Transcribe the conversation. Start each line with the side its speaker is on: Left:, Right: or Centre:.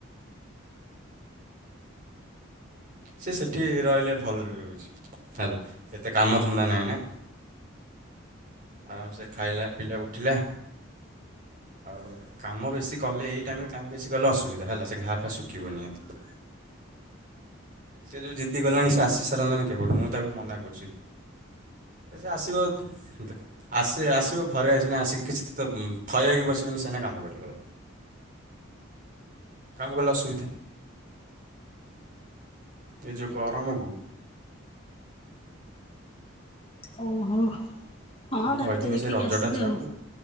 Right: ସେ ସେଠି ରହିଲେ ଭଲରେ ରହୁଛି। ହେଲା ଏତେ କାମ ଧନ୍ଦା ନାହିଁ ନା। ଆରାମସେ ଖାଇଲା ପିଇଲା ଉଠିଲା ଆଉ। କାମ ବେଶୀ କଲେ ଏଇ ଟାଇମରେ କାମ ବେଶୀ କଲେ ଅସୁବିଧା ହେଲା ସେ ଘା ଫା ଶୁଖିବନିହାତି। ସେ ଯୋଉ ଜିଦି ଗଲାଣି ସେ ଆସି ସାରନ୍ତାଣି କେବେଠୁ ମୁଁ ତାକୁ ମନା କରୁଛି। ଏ ସେ ଆସିବ ଦେଖ ଆସେ ଆସିବ ଘରେ ଆସନା ଆସିକି କିଛି ତ ତ ଥଇ ହେଇକି ବସିବନି ସେନା କାମ କରିବ। କାମ କଲେ ଅସୁବିଧା। ଏ ଯୋଉ ଗରମକୁ
Left: ଓହୋ। ହଁ
Right: ମୁଁ କହିଥିଲି
Left: ଡାକ୍ତର ଦେଖିକି
Right: ସେ ରଜଟା
Left: ଆସିବେ
Right: ଯାଉ
Left: ଆଉ